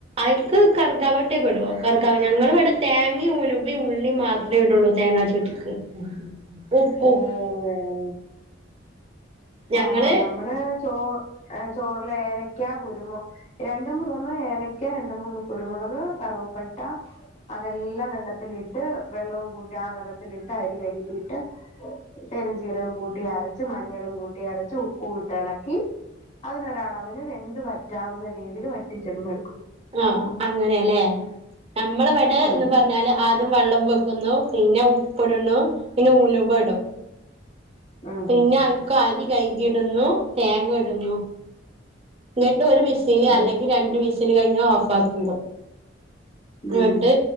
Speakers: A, on the right (about 30°); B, on the left (about 35°).
A: അതിക്ക് കാർഗാപ്പട്ട ഒക്കെ ഇടുമോ കാർഗപ ഞങ്ങൾ ഇവിടെ തേങ്ങ ഉലുവ ഉള്ളി മാത്രമേ ഇടുയള്ളൂ തേങ്ങ ചോറിക്ക്- ഉപ്പും
B: ഓഹ്
A: ഞങ്ങള്
B: ആഹ് നമ്മള് ചോ ചോറില് ഏലക്ക കുരുമുള രണ്ട് മൂന്ന് ഏലക്ക രണ്ട് മൂന്ന് കുരുമുളക് കറുവപ്പട്ട അതെല്ലാം വെള്ളത്തിലിട്ട് വെള്ളവും കൂട്ടി ആഹ് വെള്ളത്തിലിട്ട് അരി കഴിക്കിട്ട് പെരിജീരകം കൂട്ടി അരച്ച് മഞ്ഞളും കൂട്ടി അരച്ച് ഉപ്പു ഇട്ടിളക്കി. അതിലൊരു അളവിന് വെന്ത് വറ്റാവുന്ന രീതിയിൽ വറ്റിച്ചങ്ങെടുക്കും.
A: ആഹ് അങ്ങനെയല്ലേ നമ്മളെവിടെ
B: ഉം
A: എന്ന് പറഞ്ഞാല് ആദ്യം വെള്ളം വെക്കുന്നു പിന്നെ ഉപ്പിടുന്നു പിന്നെ ഉലുവ ഇടും.
B: ഉം
A: പിന്നെ
B: ഉം
A: അയിക്ക് അരി കഴുകി ഇടുന്നു തേങ്ങ ഇടുന്നു. എന്നിട്ട് ഒരു വിസില് അല്ലെങ്കിൽ
B: ഉം
A: രണ്ട് വിസിൽ കഴിഞ്ഞാൽ ഓഫ് ആക്കിടും.
B: ഉം
A: എന്നിട്ട്